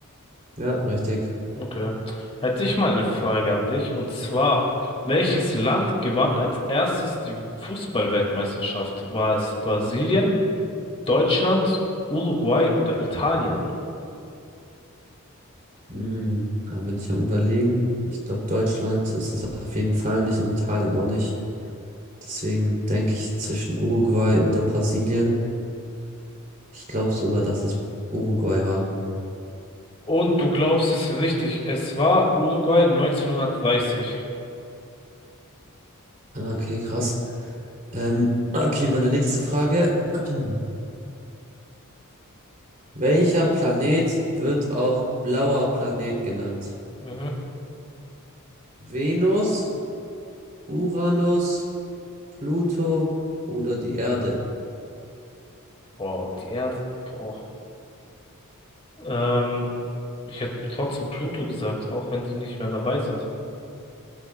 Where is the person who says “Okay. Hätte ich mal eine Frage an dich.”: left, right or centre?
Left